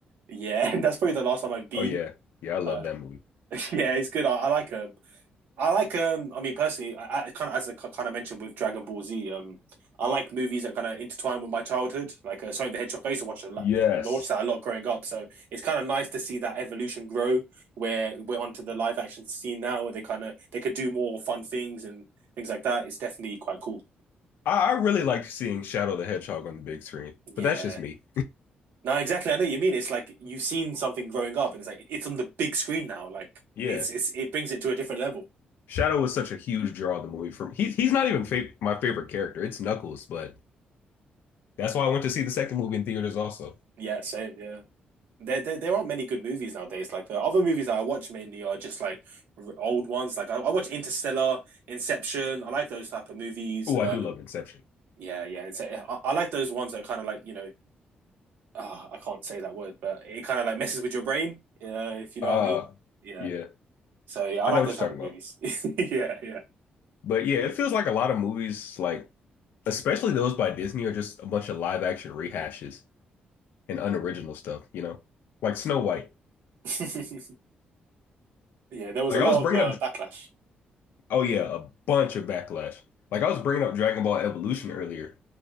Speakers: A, on the right (about 80°); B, on the left (about 80°).
A: yeah, <laughs> that's probably the last time I've been.
B: Oh yeah. Yeah, I love
A: Uh,
B: that movie.
A: <laughs> yeah, it's good. I, I like 'em. I like um I mean personally I, I kind of as I kind of mentioned with Dragon Ball Z um I like movies that kind of intertwine with my childhood like uh, Sonic the Hedgehog I used to watch a lot
B: Yes.
A: watch that a lot growing up so it's kind of nice to see that evolution grow where we're onto the live action scene now and they kind of they could do more fun things and things like that it's definitely quite cool
B: I, I really liked seeing Shadow the Hedgehog on the big screen,
A: yeah
B: but that's just me.
A: no exactly I know what you mean it's like you've seen something growing up and it's like it's on the big screen now like
B: Yeah.
A: it's it's it brings it to a different level
B: Shadow was such a huge draw of the movie for me. He's he's not even fa my favorite character. It's Knuckles, but that's why I went to see the second movie in theaters also.
A: yeah same yeah There, there, there aren't many good movies nowadays. Like uh, other movies that I watch mainly are just like r- old ones. Like I, I watch Interstellar, Inception. I like those type of movies.
B: Oh,
A: Um,
B: I do love Inception.
A: yeah, yeah. And so I, I like those ones that kind of like you know ah, I can't say that word, but it kind of like messes with your brain. Uh, if you know
B: Uh
A: what I mean. Yeah.
B: yeah.
A: So yeah, I
B: I
A: like
B: know what
A: those
B: you're
A: type
B: talking
A: of movies.
B: about.
A: <laughs> Yeah, yeah,
B: But yeah, it feels like a lot of movies like especially those by Disney are just a bunch of live action rehashes. and unoriginal stuff, you know, like Snow White.
A: <laughs> yeah. There was
B: Like
A: a lot
B: I was bringing
A: of uh,
B: up,
A: backlash.
B: oh yeah, a bunch of backlash. Like I was bringing up Dragon Ball Evolution earlier,